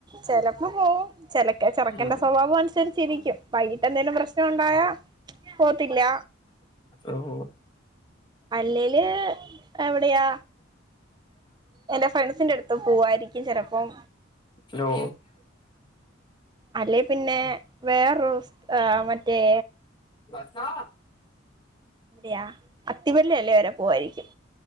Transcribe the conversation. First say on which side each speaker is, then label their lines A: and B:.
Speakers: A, on the right (about 20°); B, on the left (about 25°).
A: ചെലപ്പോ പോവും ചെലക്ക ചെറുക്കന്റെ
B: ഉം
A: സ്വഭാവം അനുസരിച്ചിരിക്കും വൈകിട്ട് എന്തെലും പ്രശ്നം ഉണ്ടായാ പോത്തില്ല
B: ഓഹ്
A: അല്ലേല് എവിടെയാ എന്റെ ഫ്രണ്ട്സിന്റെ അടുത്ത് പോവായിരിക്കും ചെലപ്പം
B: ഹലോ
A: അല്ലേ പിന്നെ വേറൊരൂസ് മറ്റേ
B: ബസ്സാ
A: യാ അത്തിപല്ല അല്ല വരെ പോവായിരിക്കും